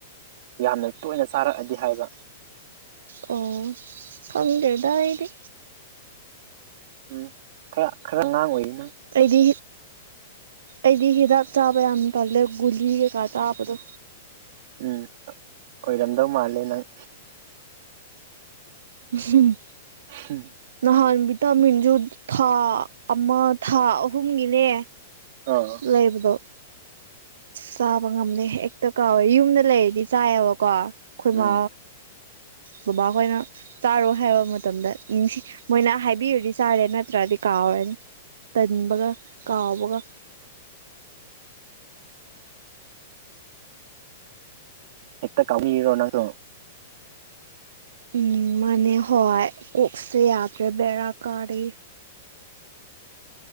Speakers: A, on the right; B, on the right.
A: ꯌꯥꯝꯅ ꯇꯣꯏꯅ ꯆꯥꯔꯛꯑꯗꯤ ꯍꯥꯏꯕ
B: ꯑꯣ ꯈꯪꯗꯦꯗ ꯑꯩꯗꯤ
A: ꯎꯝ ꯈꯔ ꯈꯔ ꯑꯉꯥꯡ ꯑꯣꯏꯔꯤꯅꯪ
B: ꯑꯩꯗꯤ ꯑꯩꯗꯤ ꯍꯤꯗꯥꯛ ꯆꯥꯕ ꯌꯥꯝ ꯄꯜꯂꯦ ꯒꯨꯂꯤ ꯀꯩꯀꯥ ꯇꯥꯕꯗꯣ
A: ꯎꯝ ꯑꯣꯏꯔꯝꯗꯧ ꯃꯥꯜꯂꯦ ꯅꯪ
B: ꯎꯝ
A: ꯎꯝ
B: ꯅꯍꯥꯟ ꯚꯤꯇꯥꯃꯤꯟꯁꯨ ꯊꯥ ꯑꯃ ꯊꯥ ꯑꯍꯨꯝꯒꯤꯅꯦ
A: ꯑꯥ
B: ꯂꯩ ꯂꯩꯕꯗꯣ ꯆꯥꯕ ꯉꯝꯅꯦ ꯍꯦꯛꯇ ꯀꯥꯎꯋꯦ ꯌꯨꯝꯗ ꯂꯩꯔꯗꯤ ꯆꯥꯏꯑꯕꯀꯣ ꯑꯩꯈꯣꯏꯃ
A: ꯎꯝ
B: ꯕꯕꯥꯍꯣꯏꯅ ꯆꯥꯔꯣ ꯍꯥꯏꯕ ꯃꯇꯝꯗ ꯅꯤꯡꯁꯤ ꯃꯣꯏꯅ ꯍꯥꯏꯕꯤꯔꯨꯗꯤ ꯆꯥꯔꯦ ꯅꯠꯇ꯭ꯔꯗꯤ ꯀꯥꯎꯍꯔꯅꯤ ꯇꯟꯕꯒ ꯀꯥꯎꯕꯒ
A: ꯍꯛꯇ ꯀꯥꯕꯃꯤꯔꯅꯪꯁꯨ
B: ꯎꯝ ꯃꯅꯦ ꯍꯣꯏ ꯀꯁ ꯌꯥꯗꯦ ꯕꯔꯥ ꯀꯥꯔꯤ